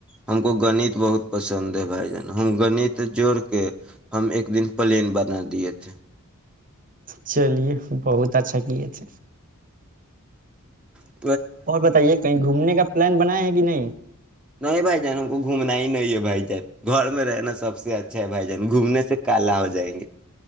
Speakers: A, in the centre; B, on the right.
A: ہم کو گنت بہت پسند ہے بھائی جان ہم گنت جوڑ کے ہم ایک دن پلین بنا دیے تھے
B: چلیے بہت اچھا کی ا تھ
A: ج <unintelligible>
B: اور بتائیے کہیں گھومنے کا پلان بنا ہے کہ نہیں <unintelligible>
A: نہیں بھائی جان ہم کو گھومنا ہی نہیں ہے بھائی جان گھر میں رہنا سب سے اچھا ہے بھائی جان گھومنے سے کالا ہو جائیں گے